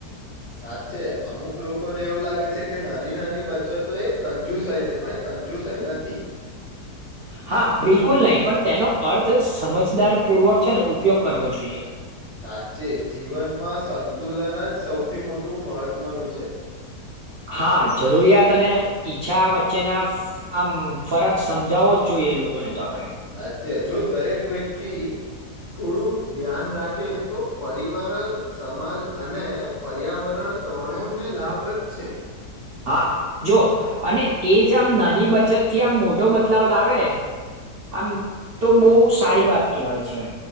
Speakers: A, on the left (about 30°); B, on the right (about 75°).
A: સાચે અમુક લોકોને એવું લાગે છે કે નાની નાની બચ્ચો તો એ કંજુસાય છે પણ એ કંજુસાઈ નથી.
B: હા બિલકુલ નહીં પણ તેનો અર્થ સમજદાર પૂર્વક છે ને ઉપયોગ કરવો જોઈએ.
A: સાચે જીવનમાં સંતુલન જ સૌથી મોટું મહત્વનું છે.
B: હા જરૂરિયાત અને ઈચ્છા વચ્ચેના આમ ફરક સમજાવવો જ જોઈએ લોકોને. તો આપણે.
A: સાચે જો દરેક વ્યક્તિ થોડુંક ધ્યાન રાખે તો પરિવાર સમાજ અને પર્યાવરણ ત્રણે ને લાભ જ છે.
B: હા જો અને એ જ આમ નાની બચત થી આમ મોટો બદલાવ લાવે, આમ તો બહુ સારી વાત કહેવાય છે.